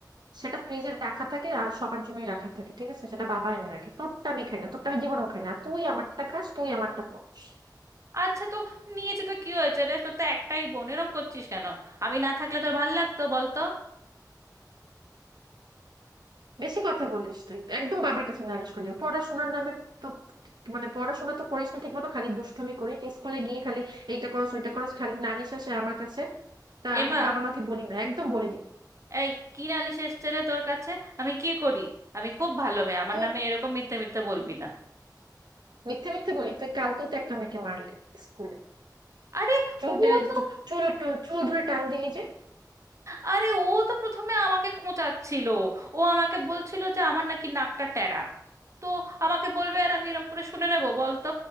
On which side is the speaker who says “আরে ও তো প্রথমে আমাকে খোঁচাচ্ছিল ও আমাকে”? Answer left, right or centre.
Right